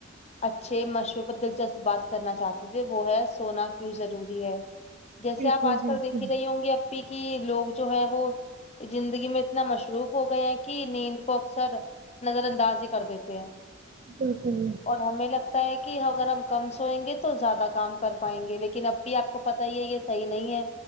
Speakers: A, on the left (about 35°); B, on the right (about 40°).
A: اچھے مشہور پر دلچسپ بات کرنا چاہتے تھے وہ ہے سونا کیوں ضروری ہے جیسے
B: بالکل
A: آپ آج
B: بالکل
A: کل دیکھی رہی ہوں گی کہ لوگ جو ہے وہ زندگی میں اتنا مشروف ہو گئے ہیں کہ نیند کو اکثر نظر انداز ہی کر دیتے ہیں
B: بالکل
A: اور ہمیں لگتا ہے کہ اگر ہم کم سوئیں گے تو زیادہ کام کر پائیں گے لیکن اب بھی آپ کو پتا ہی ہے یہ صحیح نہیں ہے